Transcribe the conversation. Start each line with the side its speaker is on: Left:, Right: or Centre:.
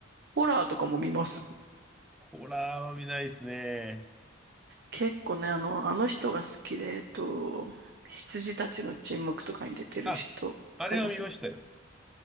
Right: ホラーとかも見ます
Centre: ホラーは見ないですね。
Right: 結構ね、あの、あの人が好きで、えっと、羊たちの沈黙とかに出てる人、
Centre: あ、
Right: わかります
Centre: あれは見ましたよ。